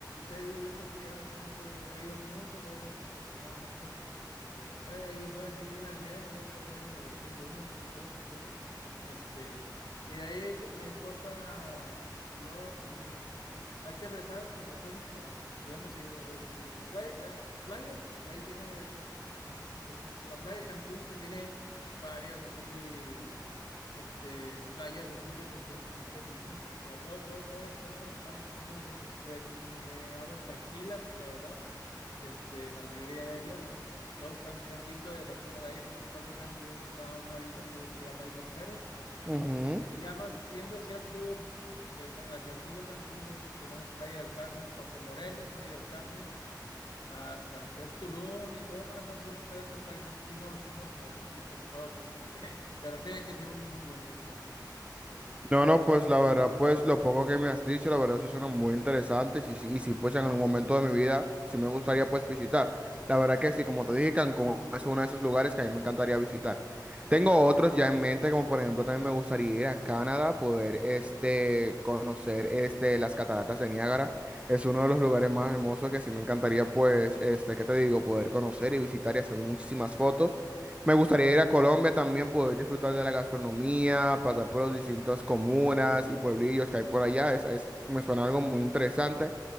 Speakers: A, on the left; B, on the right.
A: Te digo yo porque ya la conozco, he ido muchas veces, afortunadamente, desde, fue ahí, fue mi luna de miel, allá por el año de dos dos mil uno, dos mil dos, no me acuerdo. Este, y de ahí que mi esposa y yo dijimos, hay que regresar cuantas veces podamos. Y hemos ido, este, la playa, eh, playas, ahí tiene, es, esa es la playa de Cancún que tiene varias así este, playas así independientes, como quien dice, pero todo, todo, todas las costas están, están muy bonitas, de, de aguas tranquilas, la verdad, este, la mayoría de ellas. Luego está enfrentito de la playa principal de Cancún, está una isla que se llama Isla Mujeres,
B: Ujú.
A: y ya más yendo hacia el sur, de, Ca- hacia el sur de Cancún, es- tenemos Playa del Carmen, Puerto Morelos, Playa del Carmen, hasta lo que es Tulum y todo demás al sur, todavía otras playas, esas sí no las conozco, esas sí no te las puedo presumir, <laughs> ¿eh? Pero sé que son muy bonitas. Este,
B: No, no, pues la verdad, pues lo poco que me has dicho, la verdad sí suena muy interesante y sí, y si pues en algún momento de mi vida sí me gustaría pues visitar. La verdad que sí, como te dije, Cancún es uno de esos lugares que a mí me encantaría visitar. Tengo otros ya en mente, como por ejemplo también me gustaría ir a Canadá, poder este, conocer este, las cataratas de Niágara. Es uno de los lugares más hermosos que sí me encantaría pues, este, ¿qué te digo? Poder conocer y visitar y hacer muchísimas fotos. Me gustaría ir a Colombia también, poder disfrutar de la gastronomía, pasar por las distintas comunas y pueblillos que hay por allá. Es, es- me suena algo muy interesante.